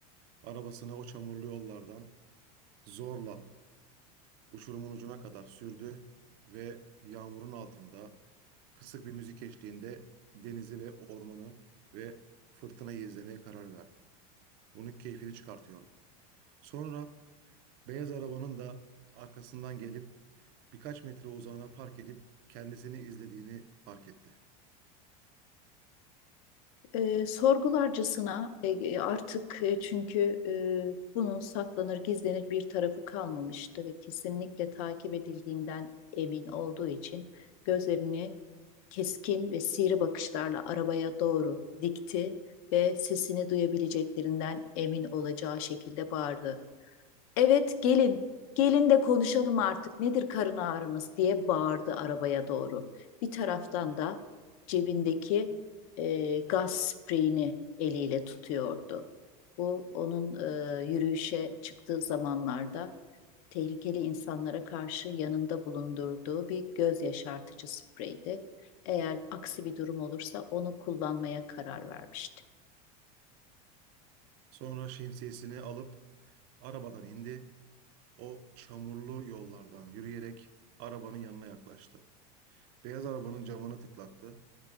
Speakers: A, on the right (about 50°); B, on the left (about 65°).
A: Arabasını o çamurlu yollardan zorla uçurumun ucuna kadar sürdü ve yağmurun altında kısık bir müzik eşliğinde denizi ve ormanı ve fırtınayı izlemeye karar verdi. Bunun keyfini çıkartıyordu. Sonra beyaz arabanın da arkasından gelip birkaç metre uzağına park edip kendisini izlediğini fark etti.
B: E, sorgularcasına e, e, artık e, çünkü e, bunun saklanır gizlenir bir tarafı kalmamıştı ve kesinlikle takip edildiğinden emin olduğu için gözlerini keskin ve sivri bakışlarla arabaya doğru dikti ve sesini duyabileceklerinden emin olacağı şekilde bağırdı. Evet gelin. Gelin de konuşalım artık. Nedir karın ağrınız diye bağırdı arabaya doğru. Bir taraftan da cebindeki e, gaz spreyini eliyle tutuyordu. Bu onun e, yürüyüşe çıktığı zamanlarda tehlikeli insanlara karşı yanında bulundurduğu bir göz yaşartıcı spreydi. Eğer aksi bir durum olursa onu kullanmaya karar vermişti.
A: Sonra şemsiyesini alıp arabadan indi. O çamurlu yollardan yürüyerek arabanın yanına yaklaştı. Beyaz arabanın camını tıklattı.